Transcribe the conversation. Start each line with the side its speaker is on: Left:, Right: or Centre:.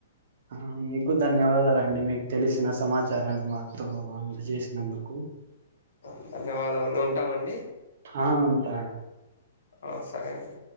Right: ఆ మీకు ధన్యవాదాలండి మీకు తెలిసిన సమాచారాన్ని మాతో అందచేసినందుకు
Left: ఆ ధన్యవాదం ఉంటామండి
Right: ఆ ఉంతా
Left: ఆ సరే అండి